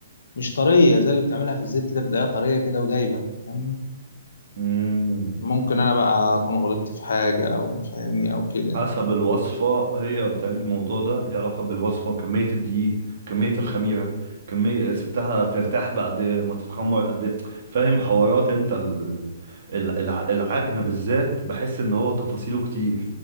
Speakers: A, on the left; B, on the right.
A: مش طريه زي اللي بتعملها في الزيت كده بتلاقيها طريه كده ودايبه فاهمني
B: مم.
A: ممكن انا بقى اكون غلطت في حاجه او فاهمني او كده
B: حسب الوصفة هي بتهيألي الموضوع ده ليه علاقة بالوصفة كمية الدقيق كمية الخميرة كمية سبتها ترتاح بعد ما تتخمر قد إيه. فاهم حوارات انت ال... ال... الع- العجن بالذات بحس ان هو تفاصيله كتير